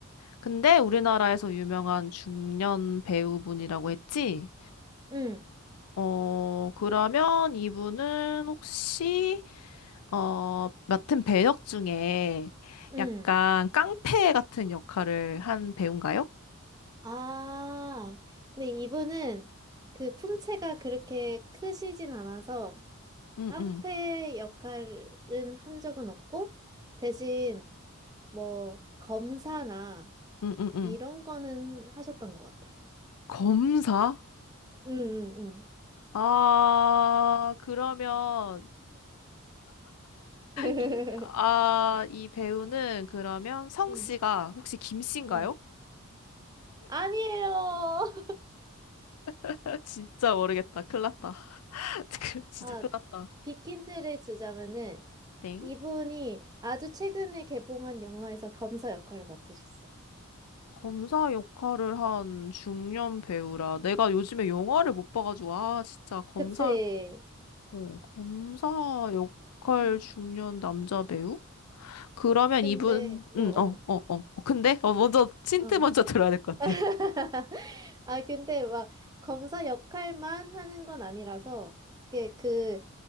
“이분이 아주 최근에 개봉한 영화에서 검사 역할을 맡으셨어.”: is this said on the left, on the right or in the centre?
Right